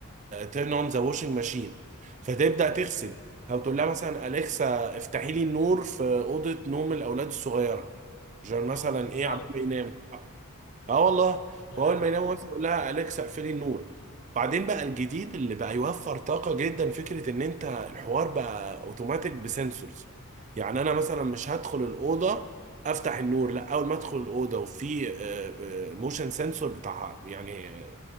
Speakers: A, on the right (about 35°); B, on the left (about 70°).
A: تيرن اون ذا واشنج ماشين فتبدأ تغسل او تقول لها مثلا أليكسا افتحي لي النور في أوضة نوم الأولاد الصغيرة عشان
B: لا
A: مثلا
B: ما تهزرش
A: ايه عمال ينام اه والله
B: يا
A: واول
B: لهوي
A: ما يناموا مثلا يقول لها اليكسا اقفلي النور بعدين بقى الجديد اللي بقى يوفر طاقه جدا فكره ان انت الحوار بقى اوتوماتيك بسنسورز يعني انا مثلا مش هدخل الاوضه افتح النور لا اول ما ادخل الاوضه وفي موشن سنسور بتاع يعني